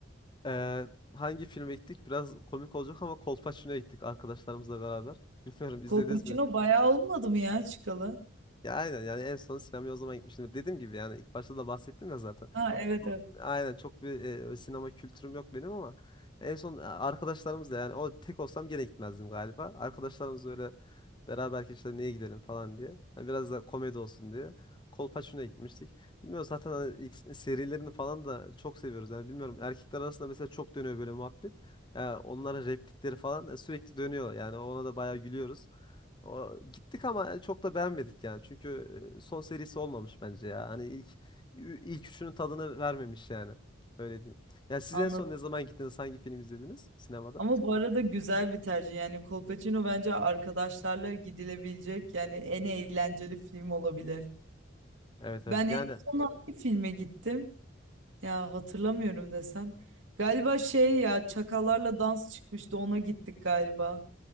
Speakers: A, on the left (about 25°); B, on the right (about 85°).
A: Ee, hangi filme gittik? Biraz komik olacak ama Kolpaçino'ya gittik arkadaşlarımızla beraber. <laughs> Bilmiyorum izlediniz
B: Kolpaçino
A: mi?
B: bayağı olmadı mı ya çıkalı?
A: Ya aynen yani en son sinemaya o zaman gitmiştim. Dediğim gibi yani ilk başta da bahsettim ya zaten.
B: Ha evet
A: Çok-
B: evet.
A: aynen çok bir e, sinema kültürüm yok benim ama en son e, arkadaşlarımızla yani o tek olsam gene gitmezdim galiba. Arkadaşlarımız öyle beraber işte niye gidelim falan diye. Hani biraz da komedi olsun diye. Kolpaçino'ya gitmiştik. Bilmiyorum zaten hani ilk serilerini falan da çok seviyoruz. Yani bilmiyorum erkekler arasında mesela çok dönüyor böyle muhabbet. Ya onların replikleri falan e, sürekli dönüyor. Yani ona da bayağı gülüyoruz. O, gittik ama çok da beğenmedik yani. Çünkü e, son serisi olmamış bence ya. Hani ilk ü- ilk üçünün tadını vermemiş yani. Öyle diyeyim. Ya siz
B: Anladım.
A: en son ne zaman gittiniz? Hangi film izlediniz sinemada?
B: Ama bu arada güzel bir tercih. Yani Kolpaçino bence arkadaşlarla gidilebilecek yani en eğlenceli film olabilir.
A: Evet evet.
B: Ben
A: Yani
B: en son hangi filme gittim? Ya hatırlamıyorum desem. Galiba şey ya Çakallarla Dans çıkmıştı ona gittik galiba.